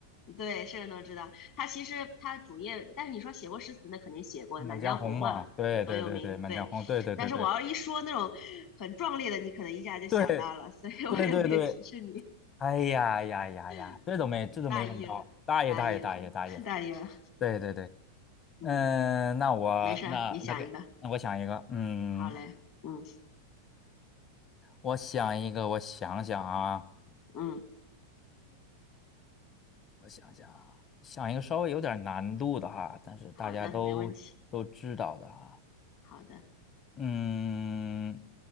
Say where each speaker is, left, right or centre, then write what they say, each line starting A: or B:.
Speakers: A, on the left; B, on the left.
A: 对，是人都知道。他其实他主页，但是你说写过诗词，那肯定写过的，
B: 《满江红》嘛，
A: 《满江红》嘛，
B: 对对对对，
A: 多有名。
B: 《满江红》，
A: 对，
B: 对对对对
A: 但是我要一说那种很壮烈的，你可能一下就想到了，
B: 对
A: 所以我也没有提示你。
B: 对对对，哎呀呀呀呀，
A: <laughs>
B: 这都没这都没问到，
A: 嗯，大意了，
B: 大爷大爷大爷大爷了，
A: 大意了，<laughs> 大意了。
B: 对对对，
A: 嗯，
B: 嗯，那我那那个，
A: 没事儿，你想一个。
B: 那我想一个，嗯，
A: 好嘞，嗯
B: 我想一个，我想想啊，
A: 嗯，
B: 我想想啊，想一个稍微有点难度的哈，但是大家都都知道的哈。
A: 好的，没问题。好的，
B: 嗯，